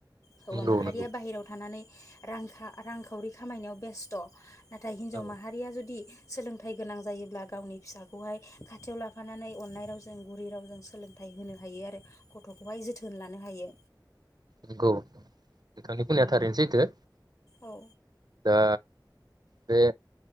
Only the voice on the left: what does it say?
हौवा
माहारिया
बाहेरायाव थानानै। रां रांखावरि खामायनायाव बेस्थ'। नाथाय हिन्जाव
माहारिया जुदि। सोलोंथाइ गोनां जायोब्ला गावनि फिसाखौहाय खाथियाव लाफानानै। अननाय रावजों गुरै रावजों सोलोंथाइ होनो हायो आरो गथ'खौहाय जोथोन लानो हायो।
औ